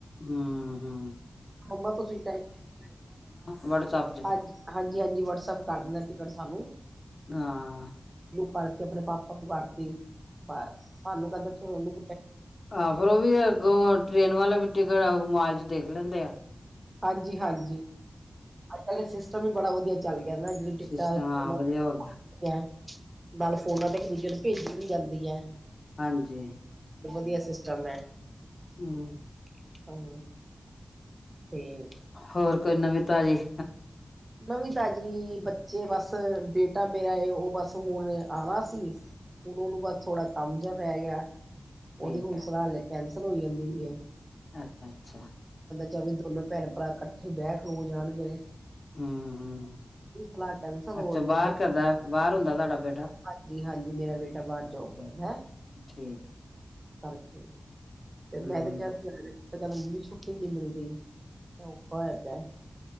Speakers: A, on the left; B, on the right.
A: ਹੂੰ-ਹੂੰ,
B: ਮੰਮਾ ਤੁਸੀਂ ਟੈਨਸ਼ਨ
A: ਵਟਸਐਪ ਚ
B: ਹਾਂਜੀ ਹਾਂਜੀ, ਵਟਸਪਐਪ ਕੱਢਦਾ ਟਿਕਟ <unintelligible> ਨੂੰ
A: ਹਾਂ
B: ਕਰਕੇ ਆਪਣੇ ਪਾਪਾ ਨੂੰ ਕਰਕੇ। ਬਸ ਸਾਨੂੰ ਕਹਿੰਦੇ ਤੁ ਉਹਨੂੰੱ
A: ਆਹੋ ਫਿਰ ਉਹ ਵੀ ਅੱਗੋਂ ਟ੍ਰੇਨ ਵਾਲਾ ਵੀ ਟਿਕਟ ਮੋਬਾਇਲ ਚ ਦੇਖ ਲੈਂਦੇ ਐ।
B: ਹਾਂਜੀ-ਹਾਂਜੀ ਅੱਜ-ਕੱਲ ਸਿਸਟਮ ਵੀ ਬੜਾ ਵਧੀਆ ਚੱਲ ਰਿ ਕਹਿੰਦਾ ਅੱਜ-ਕਲ ਟਿਕਟਾਂ
A: ਸਿਸਟਮ
B: ਫੋਨਾਂ
A: ਹਾਂ ਵਧੀਆ
B: ਤੇ ਬੁਕ
A: ਹੋ ਗਿਆ
B: ਹੁੰਦੀਆ। ਨਾਲ ਫੋਨਾਂ ਤੇ ਇੱਕ ਦੂਜੇ ਨੂੰ ਭੇਜੀ ਵੀ ਜਾਂਦੀ ਐ।
A: ਹਾਂਜੀ।
B: ਵਧੀਆ ਸਿਸਟਮ ਐ।
A: ਹੂੰ।
B: <inaudible> ਤੇ
A: ਹੋਰ ਕੋਈ ਨਵੀਂ ਤਾਜ਼ੀ-
B: ਨਵੀਂ ਤਾਜੀ ਬੱਚੇ ਬਸ ਬੇਟਾ ਮੇਰਾ ਉਹ ਬਸ ਹੁਣ ਆਣਾ ਸੀ। ਹੁਣ ਉਹਨੂੰ ਬਸ ਥੋੜਾ ਕੰਮ ਜਿਹਾ ਪੈ ਗਿਆ।
A: ਠੀਕ
B: ਉਹਦੀ ਹੁਣ ਸਲਾਹ ਕੈਂਸਲ ਹੋਈ ਜਾਂਦੀ ਪਈ ਏ।
A: ਅੱਛਾ-ਅੱਛਾ।
B: ਜਾਂ ਵੀ ਦੋਨੋ ਭੈਣ-ਭਰਾ ਇਕੱਠੇ ਬਹਿ ਖਲੋ ਜਾਣਗੇ।
A: ਹੂੰ ਹੂੰ
B: ਸਲਾਹ ਕੈਂਸਲ ਹੋ
A: ਅੱਛਾ
B: ਰਹੀ ਹੈ
A: ਬਾਹਰ
B: ਦੇਖੋ
A: ਕਰਦਾ ਬਾਹਰ ਹੁੰਦਾ ਤੁਹਾਡਾ ਬੇਟਾ
B: ਹਾਂਜੀ-ਹਾਂਜੀ। ਜੇ ਮੇਰਾ ਬੇਟਾ ਬਾਹਰ
A: ਅੱਛਾ
B: ਜੋਬ ਹੈਂ
A: ਠੀਕ
B: ਕਰ ਤੇ ਮੈਂ
A: ਹੂੰ
B: ਤੇ ਕਿਹਾ ਸੀ- ਤੇ ਕਹਿੰਦੇ ਮੰਮੀ ਛੁੱਟੀ ਨੀ ਮਿਲਦੀ ਤੇ ਔਖਾ ਹੋ ਜਾਂਦਾ।